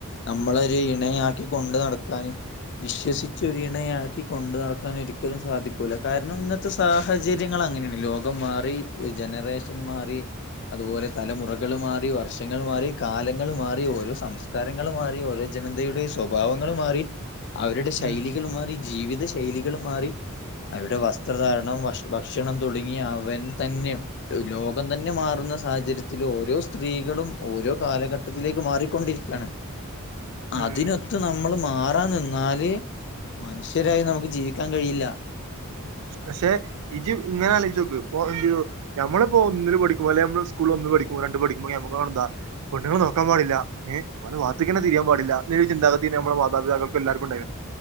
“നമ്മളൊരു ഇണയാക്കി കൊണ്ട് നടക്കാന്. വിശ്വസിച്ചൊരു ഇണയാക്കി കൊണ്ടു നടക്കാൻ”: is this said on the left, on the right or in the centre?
Left